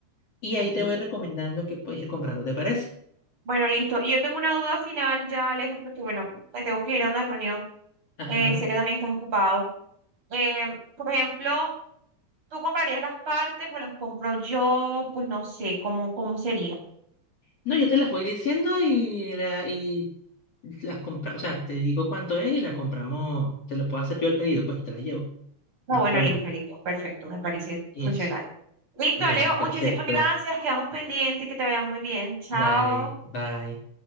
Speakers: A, on the left (about 40°); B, on the right (about 30°).
A: Y
B: Ok,
A: ahí te voy recomendando que puedes ir comprando, ¿te parece?
B: Bueno, listo. Y yo tengo una duda final ya, Alejo, porque bueno, me tengo que ir a una reunión.
A: Ajá.
B: Eh, sé que también estás ocupado. Eh, por ejemplo, ¿tú comprarías las partes o las compro yo? Pues no sé, ¿cómo, cómo sería?
A: No, yo te las voy diciendo y, la, y las compras, o sea, te digo cuánto es y la compramos, te lo puedo hacer yo el pedido, pues y te las llevo,
B: Ah,
A: no
B: bueno,
A: es problema.
B: listo, listo. Perfecto, me parece
A: Eso.
B: funcional. Listo,
A: Bueno,
B: Alejo,
A: perfecto.
B: muchísimas gracias. Quedamos pendientes, que te vaya muy bien. Chao.
A: Dale, bye.